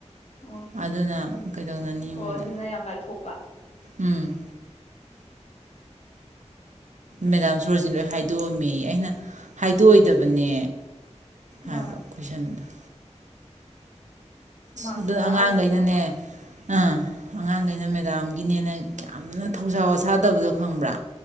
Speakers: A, on the left (about 65°); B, on the right (about 80°).
A: ꯑꯣ
B: ꯑꯗꯨꯅ
A: ꯑꯗꯨ
B: ꯀꯩꯗꯧꯅꯅꯤ
A: ꯑꯣ
B: ꯃꯣꯏꯗ
A: ꯑꯗꯨꯅ ꯌꯥꯝ ꯂꯥꯏꯊꯣꯛꯄ꯫
B: ꯎꯝ꯫ ꯃꯦꯗꯥꯝ ꯁꯣꯔꯣꯖꯤꯟ ꯂꯣꯏ ꯍꯥꯏꯗꯣꯛꯑꯝꯃꯤ ꯑꯩꯅ ꯍꯥꯏꯗꯣꯛꯑꯣꯏꯗꯕꯅꯦ
A: ꯃꯥꯅꯦ
B: ꯍꯥꯏꯕ ꯀꯣꯏꯁꯟꯗꯣ
A: ꯃꯥꯔ
B: ꯑꯗꯨꯅ
A: ꯇꯔꯥꯒꯤꯅꯀꯣ
B: ꯑꯉꯥꯡꯈꯩꯅꯅꯦ ꯑꯥ ꯑꯉꯥꯡꯈꯩꯅ ꯃꯦꯗꯥꯝꯒꯤꯅꯦꯅ ꯌꯥꯝꯅ ꯊꯧꯁꯥ ꯋꯥꯁꯥꯗꯕꯗꯣ ꯈꯪꯕ꯭ꯔꯥ